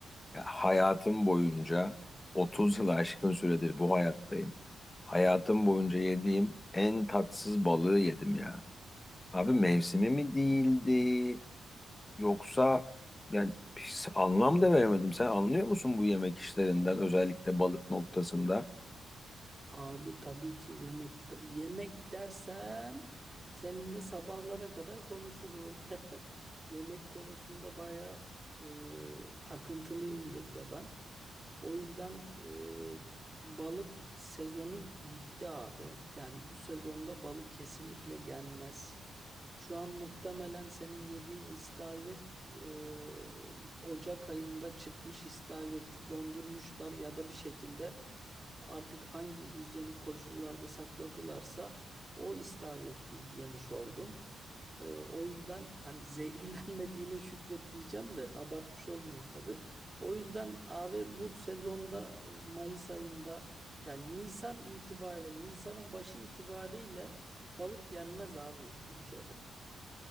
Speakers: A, on the left; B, on the right.
A: Ya hayatım boyunca 30 yılı aşkın süredir bu hayattayım. Hayatım boyunca yediğim en tatsız balığı yedim ya. Abi mevsimi mi değildi yoksa yani hiç anlam da veremedim. Sen anlıyor musun bu yemek işlerinden özellikle balık noktasında?
B: Abi tabii ki yemek yemek dersen seninle sabahlara kadar konuşurum. <laughs> Yemek konusunda baya e, takıntılıyımdır da ben. O yüzden e, balık sezonu bitti abi. Yani bu sezonda balık kesinlikle yenmez. Şu an muhtemelen senin yediğin istavrit e, Ocak ayında çıkmış istavriti dondurmuşlar ya da bir şekilde artık hangi hijyenik koşullarda sakladılarsa o istavriti yemiş oldun. E, o yüzden hani zehirlenmediğine şükret diyeceğim de abartmış olmayayım tabii. O yüzden abi bu sezonda Mayıs ayında yani Nisan itibariyle Nisan'ın başı itibariyle balık yenmez abi Türkiye'de.